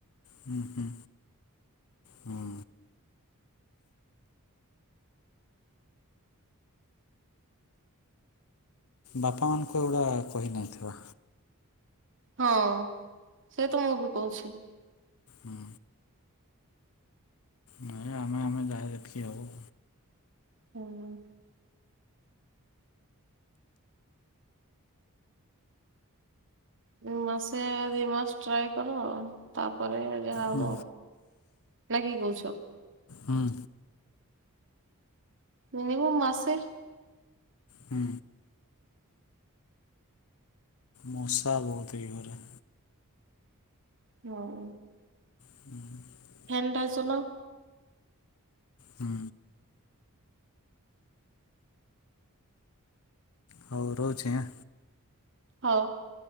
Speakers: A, on the left (about 70°); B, on the right (about 55°).
A: ହୁଁ ହୁଁ ହୁଁ। ବାପା ମାଙ୍କୁ ଏଗୁଡ଼ା କହି ନାଇଥିବା।
B: ହଁ ସେ ତ ମୁଁ ବି କହୁଛି।
A: ହୁଁ। ନାଇଁ ଆମେ ଆମେ ଯାହା ଯେତିକି ହବ।
B: ହୁଁ ଉଁ ମାସେ ଦି ମାସ ଟ୍ରାଏ କର ଆଉ ତାପରେ ଯାହା
A: ହୁଁ
B: ହବ, ନା କି କହୁଛ?
A: ହୁଁ
B: ମିନିମମ୍ ମାସେ।
A: ହୁଁ ମଶା ବହୁତ୍ ଏଇ ଘରେ।
B: ହଉ
A: ହୁଁ
B: ଫ୍ୟାନ୍ ଟା ଚଲାଅ।
A: ହୁଁ ହଉ ରହୁଛି ଆଁ?
B: ହଉ।